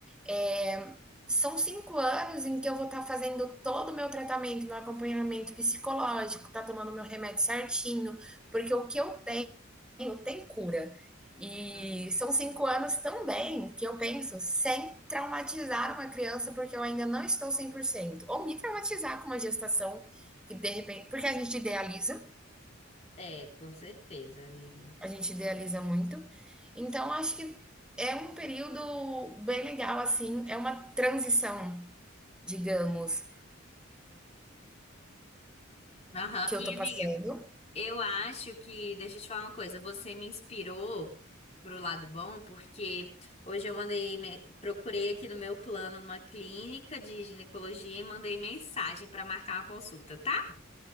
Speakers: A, in the centre; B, on the left.
A: É, são cinco anos em que eu vou estar tá fazendo todo o meu tratamento, meu acompanhamento psicológico, tá tomando meu remédio certinho, porque o que eu tenho tem cura. E
B: Hum.
A: são cinco anos também que eu penso sem traumatizar uma criança, porque eu ainda não estou cem por cento Ou me traumatizar com uma gestação que de repente. Porque a gente idealiza,
B: É, com certeza, amiga.
A: a gente idealiza muito. Então, acho que é um período bem legal, assim, é uma transição, digamos,
B: Aham.
A: Que
B: E
A: eu tô
B: amiga,
A: passando.
B: eu acho que, deixa eu te falar uma coisa, você me inspirou pro lado bom, porque hoje eu mandei, me- procurei aqui no meu plano uma clínica de ginecologia e mandei mensagem pra marcar uma consulta, tá?